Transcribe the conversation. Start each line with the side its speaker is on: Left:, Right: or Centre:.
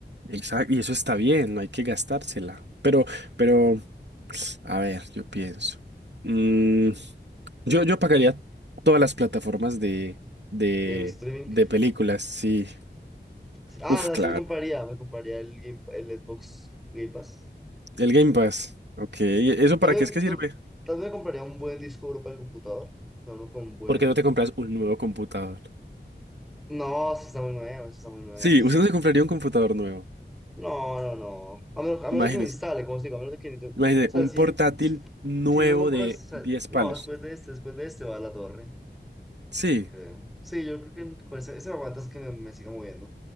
Right: Exacto, y eso está bien, no hay que gastársela. Pero, pero, a ver, yo pienso. Mm, yo, yo pagaría todas las plataformas de, de,
Centre: De streaming.
Right: de películas, sí.
Centre: Sí. Ah,
Right: Uf,
Centre: no,
Right: claro.
Centre: es que me compraría, me compraría el, Game, el Xbox Game Pass.
Right: El Game Pass. Ok, ¿y
Centre: Sí.
Right: ¿eso
Centre: Tal
Right: para
Centre: vez,
Right: qué es que sirve?
Centre: tal, tal vez me compraría un buen disco duro para el computador, pero uno con buen...
Right: ¿Por qué no te compras un nuevo computador?
Centre: No, sí está muy nuevo, sí está muy nuevo.
Right: Sí,
Centre: sí.
Right: usted no se compraría un computador nuevo.
Centre: No, no, no. A menos, a
Right: Imagínese.
Centre: menos de que me instale, como os digo, a menos de que... ni to- O
Right: Imagínese,
Centre: sea,
Right: un
Centre: si,
Right: portátil
Centre: si,
Right: nuevo
Centre: si no me compro...
Right: de
Centre: este- o sea,
Right: 10
Centre: no,
Right: palos.
Centre: después de este, después de este va la torre,
Right: Sí,
Centre: yo creo. Sí, yo creo que con ese, ese me aguantas que me, me siga moviendo.